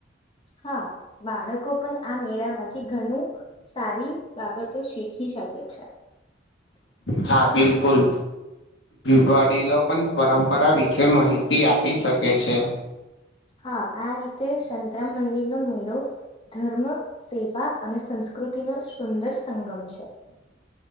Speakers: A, on the left (about 30°); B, on the left (about 70°).
A: હા બાળકો પણ આ મેળામાંથી ઘણું સારી બાબતો શીખી શકે છે.
B: હા બિલકુલ. વડીલો પણ પરંપરા વિશે માહિતી આપી શકે છે.
A: હા આ રીતે સંતરામ મંદિરનો મેળો ધર્મ સેવા અને સંસ કૃતિ નો સુંદર સંગમ છે.